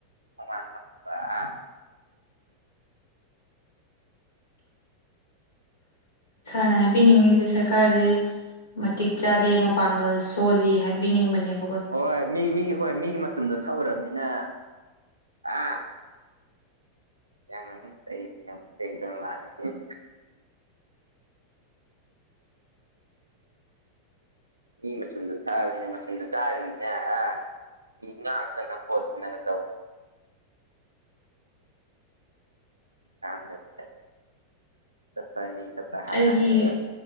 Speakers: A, on the right; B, on the left.
A: <unintelligible> ꯑꯥ꯫
B: ꯁꯥꯔꯅ ꯍꯥꯏꯕꯤꯅꯤꯡꯉꯁꯦ ꯁꯔꯀꯥꯔꯁꯦ꯫ ꯃꯇꯤꯛ ꯆꯥꯗꯦ ꯃꯄꯥꯡꯒꯜ ꯁꯣꯜꯂꯤ ꯍꯥꯏꯕꯤꯅꯤꯡꯕꯅꯦꯕ꫰꫰
A: ꯍꯣꯏ ꯃꯤ ꯃꯤꯒꯤ ꯍꯣꯏ ꯃꯤꯒꯤ ꯃꯇꯗ ꯊꯧꯔꯕꯅꯤꯅ ꯑ ꯌꯥꯡ ꯉꯅ ꯐꯩ ꯌꯥꯝ ꯇꯦꯡ ꯆꯅ ꯂꯥꯛꯑꯅꯤ꯫ ꯃꯤ ꯃꯆꯨꯝꯗ ꯊꯥꯛꯕꯅꯤꯅ ꯃꯆꯨꯝꯗ ꯆꯥꯔꯤꯕꯅꯤꯅꯦ ꯑ꯫ ꯃꯤ ꯉꯥꯛꯇꯅ ꯈꯣꯠꯇꯅꯒ ꯇꯧ꯫ ꯀꯩꯀꯟꯗꯕꯗ ꯇꯥꯞꯇꯥꯏꯃꯤ ꯇꯥꯞꯇꯥꯏ ꯍꯥꯠꯅꯥ
B: ꯑꯩꯒꯤ
A: ꯍꯥꯜꯂꯒ꯫